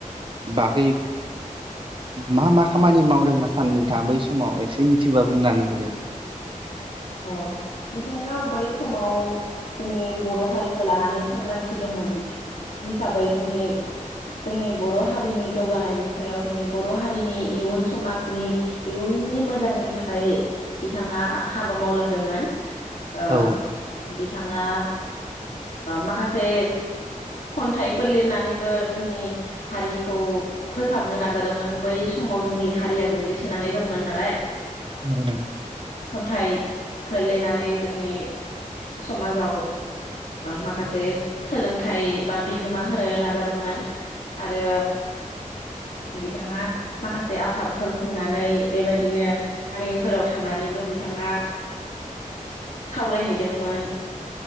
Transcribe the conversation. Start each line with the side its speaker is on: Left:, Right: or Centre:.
Right: बागै मा मा खामानि मावदों होनना सार नोंथाङा बै समाव एसे मिथिबा बुंनानै होदो।
Left: अ बिथाङा बै समाव जोंनि बर' हारिखौ लानानै सांग्रांथि दंमोन। जि साबायदिनि जोंनि बर' हारिनि जौगानायनि सायाव जोंनि बर' हारिनि इयुन समाजनि इयुननि मोजांनि थाखाय बिथाङा हाबा मावलांदोंमोन। ओ
Right: औ
Left: बि बिथाङा माखासे खन्थाइफोर लिरनानैबो जोंनि हारिखौ फोसाबनो नाजादोंमोन बै समाव जोंनि हारिया गोग्लैसोनानै दंमोन नालाय।
Right: औ
Left: थाइ फोर लिरनानै जोंनि समाजाव माखासे सोलोंथाइ बा बिहोमा होनो नाजादोंमोन आरो बिथाङा माखासे आफादफोर खुंनानै बेबायदिनो गामिफोराव थांनानैबो बिथाङा सावरायहैदोंमोन